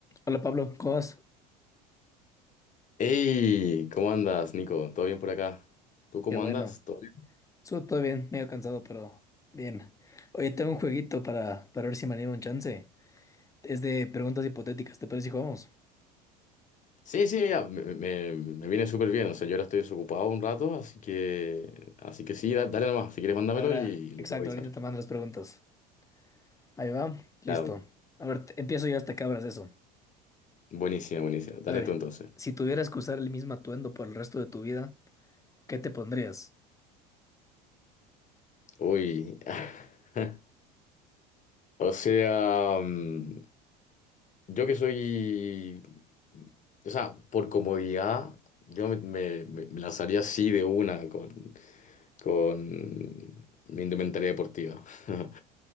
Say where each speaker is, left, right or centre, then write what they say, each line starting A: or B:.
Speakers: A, on the left; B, on the left.
A: Hola Pablo, ¿cómo vas?
B: Hey, ¿cómo andas, Nico? ¿Todo bien por acá? ¿Tú cómo
A: Qué bueno.
B: andas? ¿Todo bien?
A: Estuvo todo bien, medio cansado, pero bien. Oye, tengo un jueguito para, para ver si me animo un chance. Es de preguntas hipotéticas, ¿te parece si jugamos?
B: Sí, sí, mira, me, me- me viene súper bien. O sea, yo ahora estoy desocupado un rato, así que, así que sí, da- dale nomás. Si quieres, mándamelo
A: Ahora,
B: y lo
A: exacto,
B: puedo revisar.
A: ahorita te mando las preguntas. Ahí va, listo.
B: Claro,
A: A ver, te- empiezo yo hasta que abras eso.
B: buenísima, buenísima. Dale
A: A ver,
B: tú entonces.
A: si tuvieras que usar el mismo atuendo por el resto de tu vida, ¿qué te pondrías?
B: Uy. <laughs> O sea, mm, yo que soy. O sea, por comodidad, yo me, me- me- me lanzaría así de una con, con mi indumentaria deportiva. <laughs>